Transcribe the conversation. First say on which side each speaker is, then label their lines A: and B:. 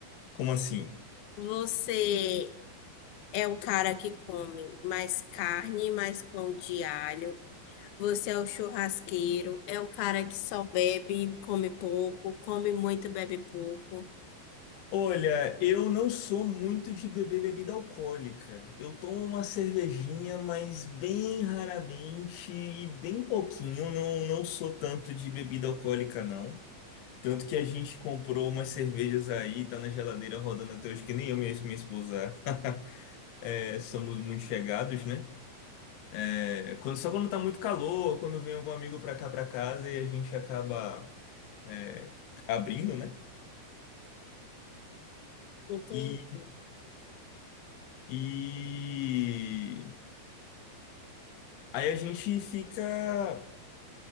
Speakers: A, on the left; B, on the left.
A: Como assim?
B: Você é o cara que come mais carne, mais pão de alho. Você é o churrasqueiro, é o cara que só bebe, come pouco, come muito, bebe pouco,
A: Olha, eu não sou muito de beber bebida alcoólica. Eu tomo uma cervejinha, mas bem raramente e bem pouquinho. Não, não sou tanto de bebida alcoólica, não. Tanto que a gente comprou umas cervejas aí, tá na geladeira rodando até hoje, que nem eu e minha esposa <laughs> é, somos muito chegados, né? É, quando- só quando tá muito calor, quando vem algum amigo pra cá, pra casa, e a gente acaba é, abrindo, né?
B: entende?
A: E, e Aí a gente fica.